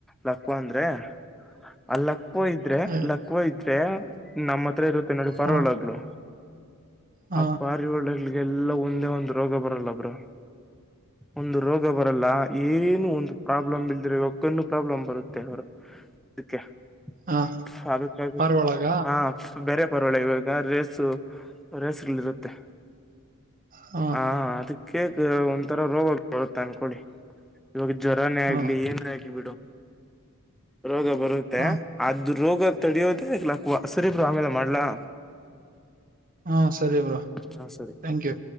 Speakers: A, in the centre; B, on the right.
A: ಲಕ್ವಾ ಅಂದ್ರೆ ಆ ಲಕ್ವಾ ಇದ್ರೆ
B: ಹೇಳಿ
A: ಲಕ್ವಾ ಇದ್ರೆ ನಮ್ಮ ಹತ್ರ ಇರುತ್ತೆ ನೋಡಿ ಪಾರಿವಡ್ಗ್ಲು
B: ಹ ಹ
A: ಆ ಪಾರಿವಾಡ್ಗ್ಲಿ ಈ ಎಲ್ಲಾ ಒಂದೇ ಒಂದ್ ರೋಗ ಬರಲ್ಲ ಬ್ಬ್ರೊ ಒಂದು ರೋಗ ಬತ್ ಲ್ಲ ಏನು ಒಂದು ಪ್ರಾಬ್ಲಮ್ ಇಲ್ದ್ರೆ ಇಕ್ಕ ಪ್ರಾಬ್ಲಮ್ ಬರುತ್ತೆ ಅದಿಕ್ಕೆ
B: ಹ
A: <unintelligible>
B: ಪಾರ್ವಳಗ
A: ಈವಾಗ ರೇಸು ಅವ್ರ ಹೆಸ್ರಲ್ಲಿ ಇರುತ್ತೆ
B: ಹ
A: ಹಾ ಅದಿಕ್ ಕೇಕ್ ಒಂಥರ ರೋಗ ಬರುತ್ತೆ ಅನ್ಕೊಳ್ಳಿ ಇವಾಗ ಜ್ವರಾನೇ ಆಗ್ಲಿ
B: ಹ
A: ಏನ ಆಗ್ಲಿ ಬಿಡು. ರೋಗ ಬರುತ್ತೆ
B: ಹ
A: ಅದುದ್ ರೋಗ ತಡಿಯೋದೆ ಲಾಖ್ವ ಸರಿ ಬ್ರೊ ಆಮೇಲೆ ಮಾಡ್ಲಾ
B: ಹಾ ಸರಿ ಬ್ರೊ
A: ಹಾ ಸರಿ
B: ಥ್ಯಾಂಕ್ ಯು